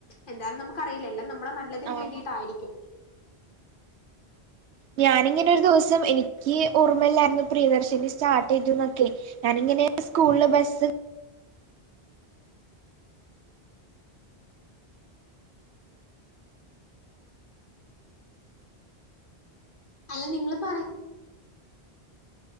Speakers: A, on the left; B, on the right.
A: എന്തായാലും നമുക്ക്റിയില്ലഎല്ലാം നമ്മുടെ നല്ലതിന്
B: ആഹ്
A: വേണ്ടിയിട്ടായിരിക്കും
B: ഞാാനിങ്ങനെ ഒരു ദിവസം എനിക്ക് ഓർമ്മയില്ലായിരുന്നു പ്രിയദർശിനി സ്റ്റാർട്ട് ചെയ്തുന്നൊക്കേ ഞാനിങ്ങനെ സ്കൂൾള് ബസ്
A: അല്ല നിങ്ങള് പറ